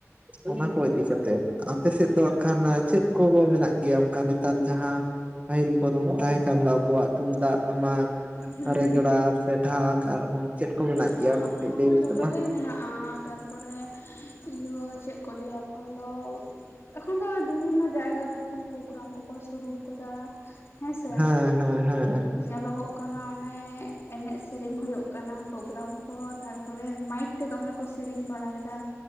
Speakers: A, on the right (about 25°); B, on the left (about 55°).
A: ᱚᱱᱟ ᱠᱚ ᱤᱫᱤ ᱠᱟᱛᱮᱜ ᱟᱯᱮ ᱥᱮᱫ ᱫᱚ ᱦᱟᱜ ᱠᱷᱟᱱ ᱪᱮᱫ ᱠᱚ ᱢᱮᱱᱟᱜ ᱜᱮᱭᱟ ᱚᱱᱠᱟ ᱱᱮᱛᱟᱨ ᱡᱟᱦᱟᱸ ᱯᱟᱹᱦᱤᱞ ᱠᱚ ᱱᱚᱝᱠᱟᱭᱮ ᱠᱟᱱ ᱫᱚ ᱟᱵᱚᱣᱟᱜ ᱛᱩᱢᱫᱟᱜ ᱴᱟᱢᱟᱠ
B: ᱦᱩᱸ
A: ᱨᱮᱜᱽᱲᱟ ᱥᱮ ᱰᱷᱟᱠ ᱟᱨᱦᱚᱸ ᱪᱮᱫ ᱠᱚ ᱢᱮᱱᱟᱜ
B: ᱦᱮᱸ
A: ᱜᱮᱭᱟ ᱚᱱᱟ ᱠᱟᱹᱴᱤᱡ
B: ᱚᱱᱟ
A: ᱞᱟᱹᱭ
B: ᱠᱚ
A: ᱢᱮᱥᱮ
B: ᱡᱷᱚᱛᱚ
A: ᱢᱟ
B: ᱜᱮ ᱢᱮᱱᱟᱜ-ᱟ ᱛᱟᱨᱯᱚᱨᱮ ᱤᱭᱟᱹ ᱪᱮᱫ ᱠᱚ ᱞᱟᱹᱭ-ᱟ ᱮᱠᱷᱚᱱ ᱫᱚ ᱮᱠᱷᱚᱱ ᱫᱚ ᱵᱤᱵᱷᱤᱱᱱᱚ ᱡᱟᱭᱜᱟ ᱨᱮ ᱯᱳᱜᱨᱟᱢ ᱠᱚᱠᱚ ᱥᱩᱨᱩ ᱟᱠᱟᱫᱟ ᱦᱮᱸᱥᱮ
A: ᱦᱩᱸ ᱦᱩᱸ ᱦᱩᱸ
B: ᱧᱮᱞᱚᱜᱚᱜ ᱠᱟᱱᱟ ᱚᱱᱮ ᱮᱱᱮᱡ ᱥᱮᱨᱮᱧ ᱦᱩᱭᱩᱜ ᱠᱟᱱᱟ ᱯᱳᱜᱨᱟᱢ ᱯᱚᱨ ᱛᱟᱨᱯᱚᱨᱮ ᱢᱟᱭᱤᱠ ᱛᱮ ᱫᱚᱢᱮ ᱠᱚ ᱥᱮᱨᱮᱧ ᱵᱟᱲᱟᱭ ᱫᱟ